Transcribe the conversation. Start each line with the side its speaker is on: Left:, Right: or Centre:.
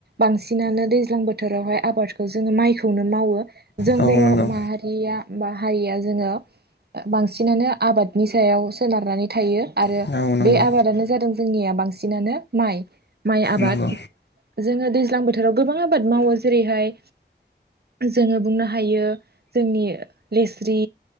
Right: बांसिन बिनानै दैज्लां बोथोरावहाय आबादखौ जोङो माइखौनो मावो जों
Left: औ
Right: बर'
Left: नंगौ
Right: माहारिया बा हारिया जोङो ओ बांसिनानो आबादनि सायाव सोनारनानै थायो आरो
Left: औ नंगौ
Right: बे आबादानो जादों जोंनिया बांसिनानो माइ माइ आबाद
Left: नंगौ
Right: जोङो दैज्लां बोथोराव गोबां आबाद मावो जेरैहाय जोङो बुंनो हायो जोंनि लेस्रि